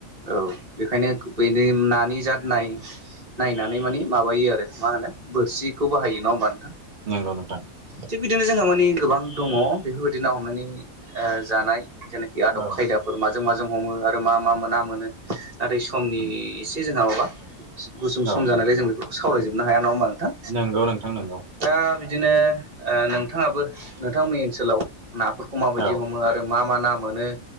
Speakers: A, on the right (about 25°); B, on the right (about 50°).
A: औ बेखायनो बेनि नानि जाद नाय नायनानै माने माबायो आरो मा होनो बोरसिखौ बाहायो नङा होमबा नोंथां।
B: नोंगौ नोंथां
A: थिग बिदिनो जोंहा माने गोबां दङ बेफोरबायदि ना हमनानै जानाय जेनाखि आदब
B: औ
A: खायदाफोर माजों माजों हमो आरो आरो मा मा मोना- मोनो नाथाय समनि
B: उम
A: एसे जोंहा माबा गुसुं सम
B: औ
A: जानायलाय जों बेखौ बे खौ सावरायजोबनो हाया नङा होमा नोंथां
B: नंगौ नोंथां नंगौ
A: दा बिदिनो नोंथाङाबो नोंथांमोननि ओनसोलाव नाफोरखौ माबायदि
B: औ
A: हमो आरो मा मा ना मोनो